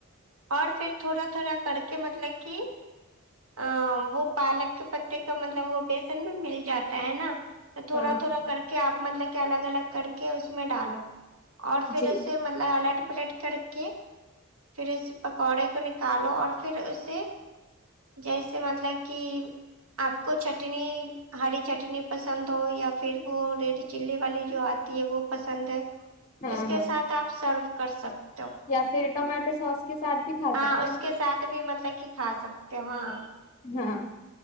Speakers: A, on the right; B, on the left.
A: اور پھر تھوڑا تھوڑا کر کے مطلب کہ ا وہ پالک کے پتے کا مطلب وہ بیسن میں مل جاتا ہے نا تھوڑا
B: ہاں
A: تھوڑا کر کے آپ مطلب کہ الگ الگ کر کے اس میں ڈالو اور پھر
B: جی
A: اسے مطلب آلٹ پلیٹ کر کے پھر اس پکوڑے کو نکالو اور پھر اسے جیسے مطلب کہ آپ کو چٹنی ہری چٹنی پسند ہو یا پھر وہ ریڈ چلی والی جو آتی ہے وہ پسند ہے
B: ہاں
A: اس کے
B: ہاں
A: ساتھ آپ سرو کر سکتے ہو
B: یا پھر ٹمیاٹو سوس کے ساتھ بھی کھا
A: ہاں
B: سکتے
A: اس
B: ہیں
A: کے ساتھ بھی مطلب کہ کھا سکتے ہو ہاں
B: ہاں